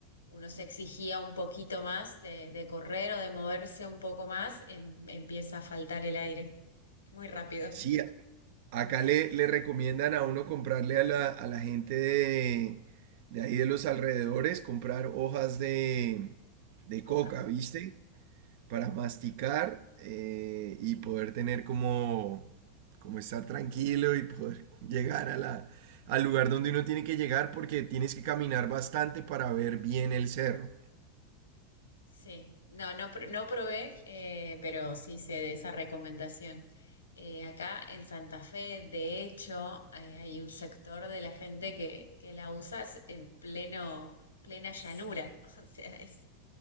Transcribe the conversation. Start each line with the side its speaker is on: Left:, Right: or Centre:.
Left: uno se exigía un poquito más de, de correr o de moverse un poco más, em- empieza a faltar el aire muy rápido.
Right: Sí, a- acá le, le recomiendan a uno comprarle a la, a la gente de, de ahí de los alrededores, comprar hojas de, de coca,
Left: Coca.
Right: ¿viste? para masticar eh, y poder tener como, como estar tranquilo y poder <laughs> llegar a la, al lugar donde uno tiene que llegar porque tienes que caminar bastante para ver bien el cerro.
Left: Sí, no, no, pr- no probé, eh, pero sí sé de esa recomendación. Eh, acá en Santa Fe, de hecho, eh, hay un sector de la gente que, que la usa s- en pleno, plena llanura. <laughs> O sea, es,